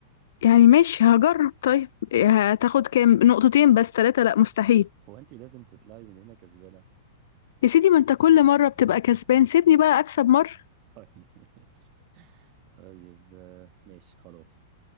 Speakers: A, on the left; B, on the right.
A: يعني ماشي هجرب طيب هتاخد كام نقطتين بس ثلاثة لا مستحيل
B: هو انتي لازم تطلعي من هنا كسبانة
A: يا سيدي ما انت كل مرة بتبقى كسبان سيبني بقى اكسب مرة
B: <laughs> طيب ماشي طيب آه ماشي خلاص